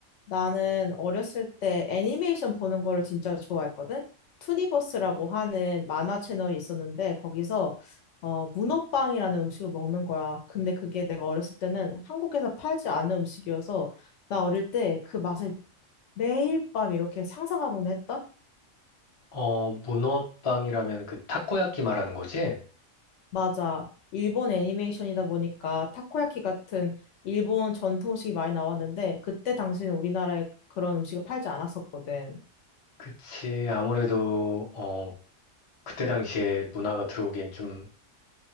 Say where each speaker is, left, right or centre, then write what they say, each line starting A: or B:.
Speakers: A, on the left; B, on the left.
A: 나는 어렸을 때 애니메이션 보는 거를 진짜 좋아했거든. 투니버스라고 하는 만화 채널이 있었는데 거기서 어, 문어빵이라는 음식을 먹는 거야. 근데 그게 내가 어렸을 때는 한국에서 팔지 않은 음식이어서 나 어릴 때 그 맛을 매일 밤 이렇게 상상하곤 했다?
B: 어, 문어빵이라면 그 타코야키 말하는 거지?
A: 맞아. 일본 애니메이션이다 보니까 타코야키 같은 일본 전통 음식이 많이 나왔는데 그때 당시는 우리나라에 그런 음식을 팔지 않았었거든.
B: 그치. 아무래도, 어, 그때 당시에 문화가 들어오기엔 좀